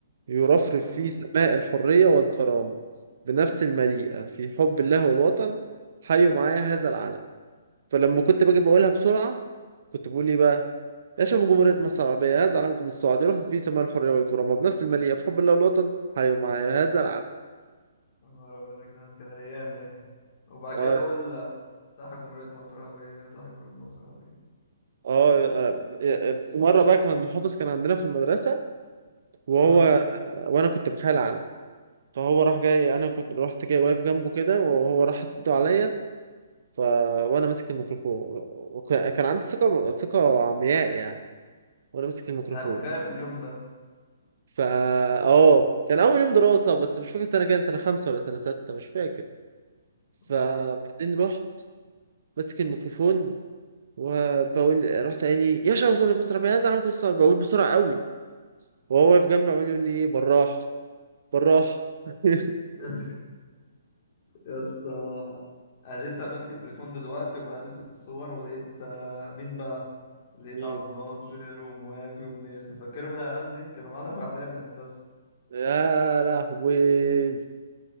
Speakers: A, on the right (about 60°); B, on the left (about 35°).
A: يرفرف
B: اي
A: في سماء الحرية والكرامة بنفس المليئة في حب الله والوطن حيوا معايا هذا العلم فلما كنت باجي بقولها بسرعة كنت بقول ايه بقى يا شباب جمهورية مصر العربية هذا علمكم الصاعد يرفرف في سماء الحرية والكرامة بنفس المليئة في حب الله والوطن حيوا معايا هذا العلم
B: يا نهار ابيض يا جدعان كده ايام يا اخي وبعد
A: اه
B: كده نقول تحت جمهورية مصر العربية تحت جمهورية مصر العربية
A: اه آه، آه، في مره بقى كان المحافظ كان عندنا في المدرسه وهو
B: اه
A: وانا كنت بخيل علم فهو راح جاي انا كنت رحت جاي واقف جنبه كده وهو راح حاطط ايده عليا ف وانا ماسك الميكروفون وكان عندي ثقه ثقه عمياء يعني وانا ماسك الميكروفون
B: انا كنت خايف اليوم ده
A: فا اه كان اول يوم دراسه بس مش فاكر سنه كام سنه خمسه ولا سنه سته مش فاكر فبعدين
B: اه
A: رحت ماسك الميكروفون وبقول رحت قال لي يا شباب كل مصر يا زلمه كل مصر، بقول بسرعه قوي وهو واقف جنبي عمال يقول لي إيه، بالراحه بالراحة <laughs>
B: <laughs> يا اسطى انا لسه ماسك التليفون دلوقتي وبقلب في الصور ولقيت آه، مين بقى لقيت
A: مين
B: عبد ناصر وموافي ونيسن فاكرهم العيال دي كانوا معانا في اعدادي هندسه
A: يا لهوي